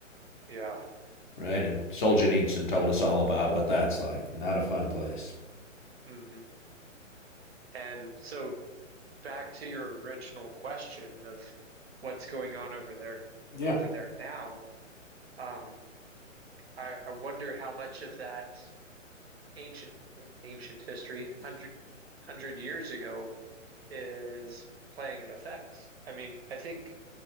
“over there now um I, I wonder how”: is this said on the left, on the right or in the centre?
Right